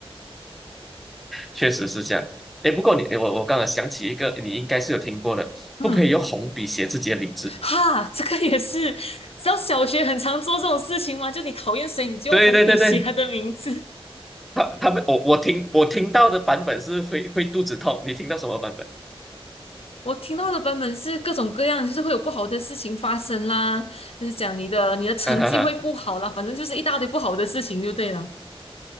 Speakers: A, in the centre; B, on the left.
A: 确实是这样。哎，不过你，诶我我刚才想起一个，你应该是有听过的，
B: 嗯，
A: 不可以用红笔写自己的名字。<laughs>
B: 哈，这个也是，知道小学很常做这种事情吗？就你讨厌谁，你就用红笔写他的名字。
A: 对对对对，他他们我我听我听到的版本是会会肚子痛，你听到什么版本？
B: <laughs> 我听到的版本是各种各样，就是会有不好的事情发生啦，就是讲你的你的成绩会不好啦，
A: <laughs>
B: 反正就是一大堆不好的事情就对了。